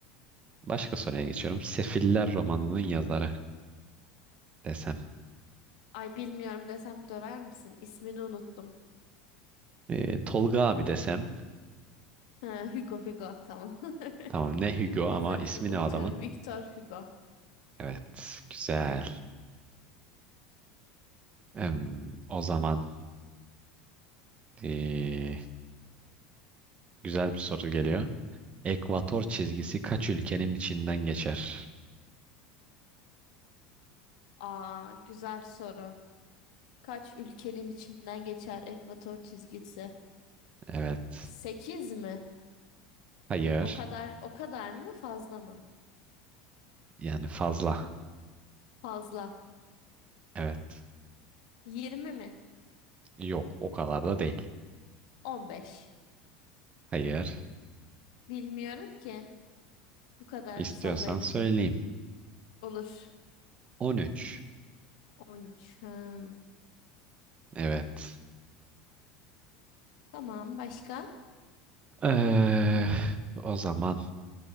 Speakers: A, on the right; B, on the left.
A: Başka soruya geçiyorum. Sefiller romanının yazarı desem.
B: Ay bilmiyorum desem döver misin? İsmini unuttum.
A: Ee, Tolga abi desem.
B: Ha, Hugo, Hugo. Tamam. <laughs>
A: Tamam ne Hugo ama
B: Ha, sen
A: ismi
B: de unutuyorum.
A: ne adamın?
B: Victor Hugo.
A: Evet güzel. Em, o zaman ee, güzel bir soru geliyor. Ekvator çizgisi kaç ülkenin içinden geçer?
B: Aa, güzel soru. Kaç ülkenin içinden geçer ekvator çizgisi?
A: Evet.
B: 8 mi?
A: Hayır.
B: O kadar o kadar mı fazla mı?
A: Yani fazla.
B: Fazla.
A: Evet.
B: 20 mi?
A: Yok o kadar da değil.
B: 15.
A: Hayır.
B: Bilmiyorum ki. Bu kadar
A: İstiyorsan
B: sallayabildim.
A: söyleyeyim.
B: Olur.
A: 13.
B: 13. Hmm.
A: Evet.
B: Tamam başka?
A: Ee, o zaman